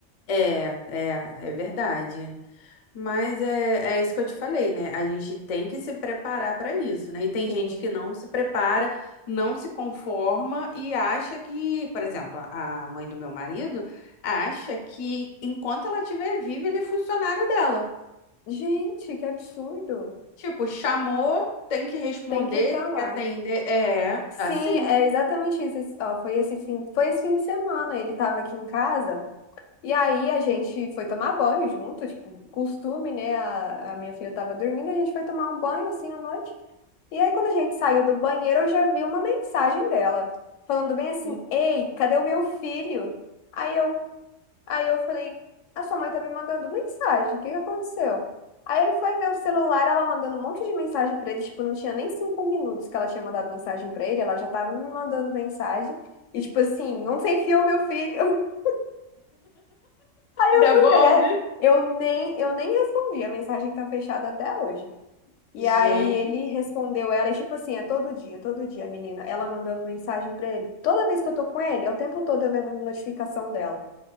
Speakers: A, on the left (about 60°); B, on the left (about 80°).
A: É, é, é verdade. Mas é, é isso que eu te falei, né? A gente tem que se preparar para isso, né? E tem
B: Sim.
A: gente que não se prepara, não se conforma e acha que, por exemplo, a a mãe do meu marido acha que enquanto ela estiver viva, ele é funcionário dela.
B: Gente, que absurdo.
A: Tipo, chamou, tem que responder,
B: Tem que estar
A: tem
B: lá.
A: que atender. É,
B: Sim,
A: assim.
B: é exatamente isso. Esse- ó, foi esse fim, foi esse fim de semana, ele estava aqui em casa. E aí a gente foi tomar banho junto, tipo, costume, né? A, a minha filha estava dormindo, a gente foi tomar um banho assim à noite. E aí, quando a gente saiu do banheiro, eu já vi uma mensagem dela, falando bem assim:
A: <laughs>
B: Ei, cadê o meu filho? Aí eu, aí eu falei: A sua mãe tá me mandando mensagem, o que que aconteceu? Aí ele foi ver o celular, ela mandando um monte de mensagem pra ele, tipo, não tinha nem cinco minutos que ela tinha mandado mensagem pra ele, ela já tava me mandando mensagem. E tipo assim, onde você enfiou meu filho? <laughs> Aí eu,
A: Devolve.
B: mulher, eu nem, eu nem respondi, a mensagem tá fechada até hoje. E
A: Gente.
B: aí ele respondeu ela, e tipo assim, é todo dia, todo dia, a menina, ela mandando mensagem pra ele. Toda vez que eu tô com ele, é o tempo todo eu vendo notificação dela.